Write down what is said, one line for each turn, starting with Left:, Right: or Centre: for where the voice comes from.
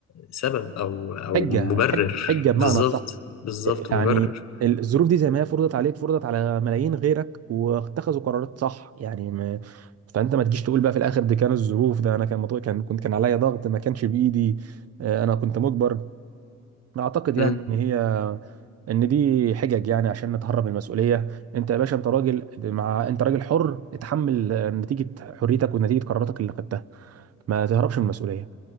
Left: سبب او او
Right: حجه
Left: مبرر
Right: حج- حجه بمعنى
Left: بالظبط
Right: صح
Left: بالظبط
Right: يعني
Left: مبرر
Right: الظروف دي زي ما هي فرضت عليك فرضت على ملايين غيرك واتخذوا قرارات صح يعني ما فانت ما تجيش تقول بقى في الاخر دي كانت الظروف ده انا كان مطلوب كان كنت كان عليا ضغط ما كانش بايدي آه، انا كنت مجبر اعتقد يعني
Left: امم
Right: ان هي ان دي حجج يعني عشان نتهرب من المسؤوليه انت يا باشا انت راجل مع انت راجل حر اتحمل آه، نتيجه حريتك ونتيجه قراراتك اللي خدتها ما تهربش من المسؤوليه